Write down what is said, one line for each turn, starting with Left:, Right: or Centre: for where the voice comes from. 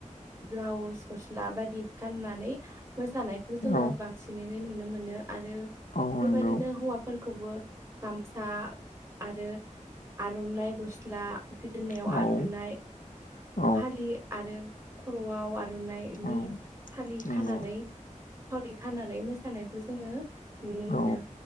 Right: ब्लाउस गस्ला बायदि गाननानै मोसानायखौ
Left: औ
Right: जोङो बां सिनैनो नुनो मोनो आरो
Left: औ
Right: बेबायदिनो
Left: नंगौ
Right: हौवाफोर खौबो गामसा आरो आर'नाइ गस्ला गोदोनायाव
Left: औ
Right: आर'नाइ
Left: औ
Right: फालि आरो खर'आव आर'नाइ
Left: औ
Right: फालि
Left: नंगौ
Right: खानानै फावथि खानानै मोसानायखौ जोङो नुनो
Left: औ
Right: मोनो